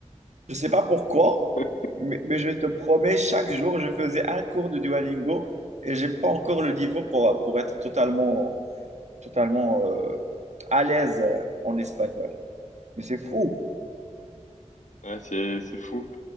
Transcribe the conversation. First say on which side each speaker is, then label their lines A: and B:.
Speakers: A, on the right; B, on the left.
A: Je ne sais pas pourquoi,
B: <laughs>
A: mais, mais je te promets, chaque jour, je faisais un cours de Duolingo et j'ai pas encore le niveau pour, pour être totalement totalement euh, à l'aise euh, en espagnol. Mais c'est fou.
B: Ouais, c'est c'est fou.